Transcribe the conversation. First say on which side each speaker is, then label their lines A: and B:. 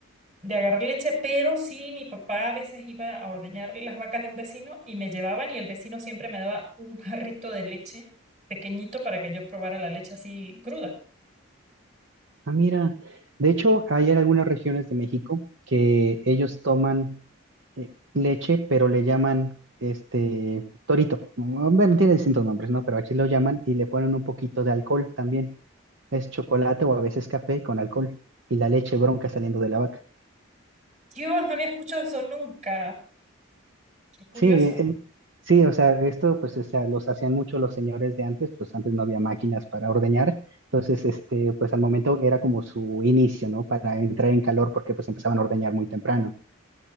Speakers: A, on the right (about 30°); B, on the right (about 60°).
A: de agarrar leche, pero sí, mi papá a veces iba a ordeñar las vacas de un vecino y me llevaban y el vecino siempre me daba un jarrito de leche pequeñito para que yo probara la leche así cruda.
B: Ah, mira, de hecho, hay en algunas regiones de México que ellos toman eh, leche, pero le llaman este torito. Mm, Bueno, tiene distintos nombres, ¿no? Pero aquí lo llaman y le ponen un poquito de alcohol también. Es chocolate o a veces café con alcohol y la leche bronca saliendo de la vaca.
A: Dios, no había escuchado eso nunca. Qué curioso.
B: Sí, eh, eh, sí, o sea, esto pues o sea, los hacían mucho los señores de antes, pues antes no había máquinas para ordeñar. Entonces, este, pues al momento era como su inicio, ¿no? Para entrar en calor porque pues empezaban a ordeñar muy temprano.